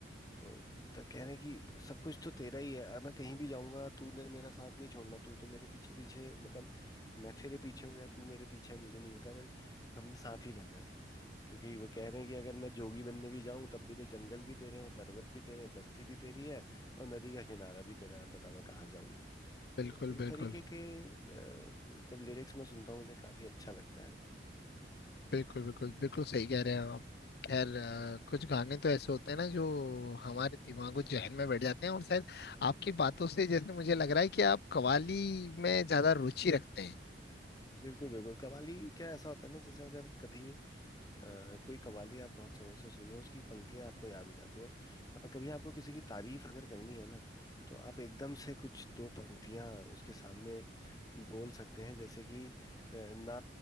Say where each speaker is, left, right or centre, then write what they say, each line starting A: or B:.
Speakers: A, on the left; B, on the left.
A: तो मतलब कह रहे हैं कि सब कुछ तो तेरा ही है अब मैं कहीं भी जाऊंगा तूने मेरा साथ नहीं छोड़ना तू तो मेरे पीछे पीछे मतलब मैं तेरे पीछे हूँ या तू मेरे पीछे है मुझे नहीं पता बट हमने साथ ही रहना है क्योंकि वो कह रहे हैं कि अगर मैं जोगी बनने भी जाऊं तब भी तो जंगल भी तेरे हैं पर्वत भी तेरे हैं बस्ती भी तेरी है और नदी का किनारा भी तेरा है अब बता मैं कहाँ जाऊं
B: बिल्कुल
A: तो इस
B: बिल्कुल
A: तरीके के अ, जब लिरिक्स मैं सुनता हूँ मुझे काफी अच्छा लगता है
B: बिल्कुल बिल्कुल बिल्कुल सही कह रहे हैं आप खैर अ, कुछ गाने तो ऐसे होते हैं ना जो हमारे दिमागो जहन में बैठ जाते हैं और शायद आपकी बातों से जैसे मुझे लग रहा है कि आप कव्वाली में ज्यादा रुचि रखते हैं
A: बिल्कुल बिल्कुल कव्वाली क्या ऐसा होता है ना जैसे अगर कभी अ, कोई कवाली आप बहुत समय से सुन रहे हो उसकी पंक्तियां आपको याद हो जाती हैं और कभी आपको किसी की तारीफ अगर करनी है ना तो आप एकदम से कुछ दो पंक्तियां उसके सामने बोल सकते हैं जैसे कि अ, ना